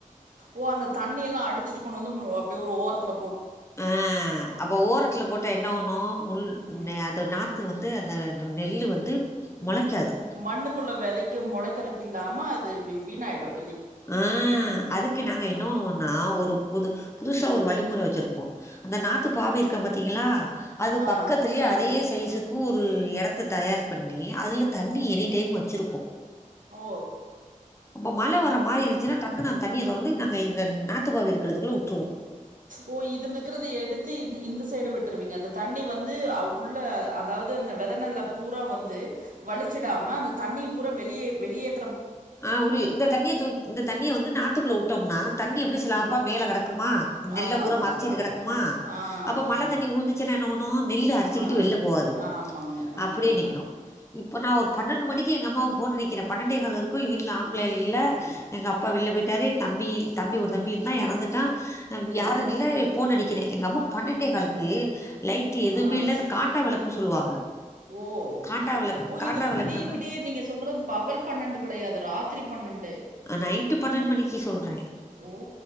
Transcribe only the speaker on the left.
அ அப்ப ஓரத்துல போட்டா என்ன பண்ணு முள்
அது நா த்து வந்து அத அந்த நெல்லு வந்து மொளைக்காது
ஆ அதுக்கு நாங்க இன்னொன்னு ஒண்ணு நா ஒரு புது புதுசா ஒரு வழிமுறை வச்சிருப்போம் அந்த நாத்து பாவ இருக்க பாத்தீங்களா அது
பக்கத்திலேயே அதே தைசுக்கு ஒரு எடத்த தயார் பண்ணி அதுல தண்ணி எனி டைம் வச்சிருப்போம்
அப்ப மழை வர மாரி இருந்துச்சினா டக்குனு அந்த தண்ணிய தொறந்து நாங்க எங்க நாத்துப்பாத இருக்குறதுக்குள்ள விட்ருவோம்.
ஆ, உடு இந்த தண்ணிய தூ இந்த தண்ணிய வந்து நாத்துக்குள்ள வுட்டோம்னா தண்ணி அப்டி
ஸ்லாப்பா மேல கடக்குமா, நெல்ல
பூரா
மறைச்சிக்கிட்டு
கடக்குமா
அப்போ மழ
தண்ணி உழுந்துச்சினா என்ன பண்ணு நெல் அரிச்சிக்கிட்டு
வெளில போவாது
அப்டியே நிக்கும்,
இப்போ நா ஒரு பன்னெண்டு மணிக்கு எங்க அம்மாவு போன் அடிக்கிற பன்னண்டேகால் இருக் போய் வீட்ல ஆம்பளயாள்
இல்ல
எங்க அப்பா வெளில போய்ட் பெரிய தம்பி தம்பி ஒரு தம்பி இருந்தா எறந்துட்டா. நம்
யாரு இல்ல ஃபோன் அடி க்கிறே எங்க அம்மா பன்னண்டேகால்க்கு லைட்டு எதுமே
இல்ல அது காண்டா வெளக்குன்னு சொல்லுவாங்க,
காண்டா வெளக்
காண்டா
வெளக்குன்னு
அ, நைட்டு பன்னெண்ட் மணிக்கு சொல்றே